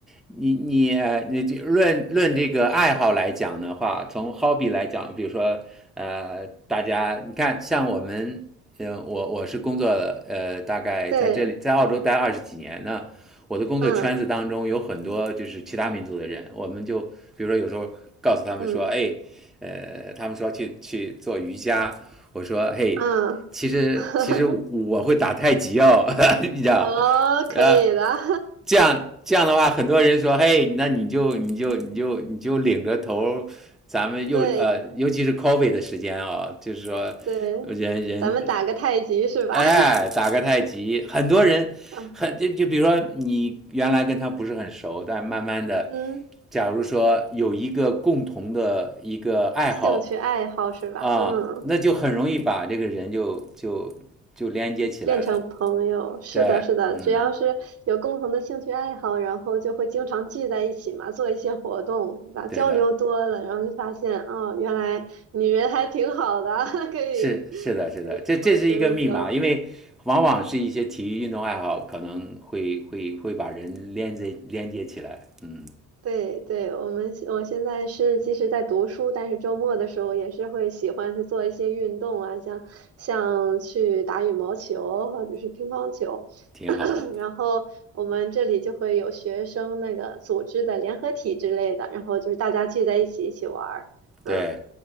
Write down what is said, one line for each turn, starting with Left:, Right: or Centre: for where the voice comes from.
Centre: 你你呃你这论论这个爱好来讲的话，从 hobby 来讲，比如说呃，大家你看，像我们，呃，我我是工作了，呃，大概在这里在澳洲待二十几年，
Right: 对，
Centre: 那我的工作圈子当中有很多就是其他民族的人，
Right: 嗯
Centre: 我们就比如说有时候告诉他们说，
Right: 嗯
Centre: 哎，呃，他们说去去做瑜伽，我说嘿，
Right: 嗯，
Centre: 其实其实我会打太极哦，
Right: <laughs>
Centre: <laughs> 你知道，
Right: 哦，可以的，
Centre: 呃，这样这样的话，很多人说，嘿，那你就你就你就你就领着头，咱们又呃，
Right: <laughs> 对
Centre: 尤其是 c o f f e e 的时间啊、就是说人人
Right: 对，咱们打个太极是吧？
Centre: 哎打个太极，很多人很就就比如说你原来跟他不是很熟，
Right: <laughs>
Centre: 但慢慢的，
Right: 嗯，
Centre: 假如说有一个共同的一个爱好
Right: 兴趣爱好是吧？
Centre: 啊，
Right: 嗯。
Centre: 那就很容易把这个人就就就连接起来了。
Right: 变成朋友，是的，
Centre: 对，
Right: 是的，
Centre: 嗯，
Right: 只要是有共同的兴趣爱好，然后就会经常聚在一起嘛，做一些活动，对吧？
Centre: 对的，
Right: 交流多了，然后就发现，哦，原来你人还挺好的，<laughs> 可以，
Centre: 是是的，是的，
Right: 可以以后深入交流。
Centre: 这这是一个密码，因为往往是一些体育运动爱好可能会会会把人连接连接起来，嗯，
Right: 对对，我们我现在是即使在读书，但是周末的时候也是会喜欢去做一些运动啊，像像去打羽毛球或者是乒乓球。<coughs>
Centre: 挺好的，
Right: <clears throat> 然后我们这里就会有学生那个组织的联合体之类的，然后就是大家聚在一起一起玩儿。嗯
Centre: 对，